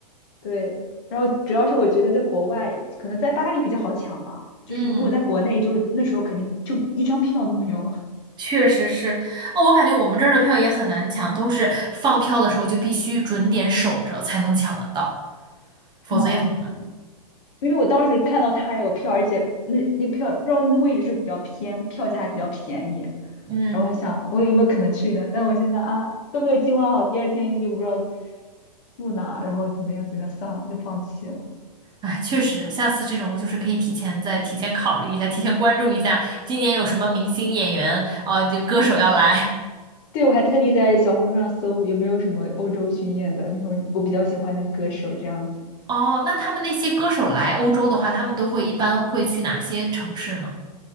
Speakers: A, on the left (about 45°); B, on the right (about 20°).
A: 对，然后主要是我觉得在国外，可能在巴黎比较好抢吧，就是如果在国内就，
B: 嗯，
A: 那时候肯定就一张票都没有了，
B: 确实是。哦，我感觉我们这儿的票也很难抢，都是放票的时候就必须准点守着才能抢得到，
A: 是吗？
B: 否则也很难。
A: 因为我当时看到他还有票，而且那那个票不知道那位置是比较偏，票价还比较便宜。
B: 嗯，
A: 然后我想我有没有可能去呢？但我现在啊都没有计划好，第二天又不知道住哪，然后怎么样怎么样，算了，就放弃了。
B: 哎，确实，下次这种就是可以提前再提前考虑一下，提前关注一下今年有什么明星演员，啊，就歌手要来。
A: 对，我还特地在小红书上搜有没有什么欧洲巡演的那种我比较喜欢的歌手这样子。
B: <laughs> 哦，那他们那些歌手来欧洲的话，他们都会一般会去哪些城市呢？